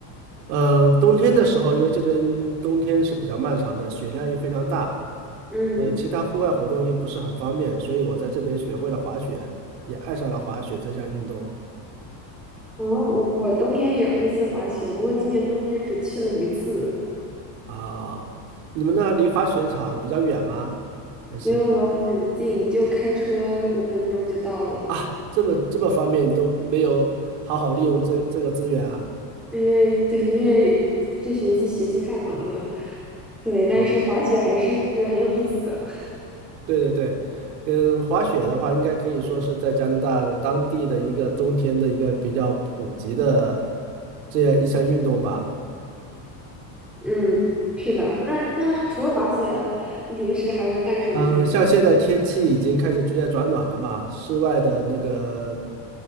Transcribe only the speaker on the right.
嗯，呃冬天的时候，因为这边冬天是比较漫长的，雪量又非常大，
呃，其他户外活动又不是很方便，所以我在这边学会了滑雪，也爱上了滑雪这项运动
啊。你们那离滑雪场比较远吗？还是
啊，这么这么方便都没有好好利用这这个资源啊？
哦，对对对，嗯，滑雪的话，应该可以说是在加拿大当地的一个冬天的一个比较普及的这样一项运动吧。
嗯，像现在天气已经开始逐渐转暖了嘛，室外的那个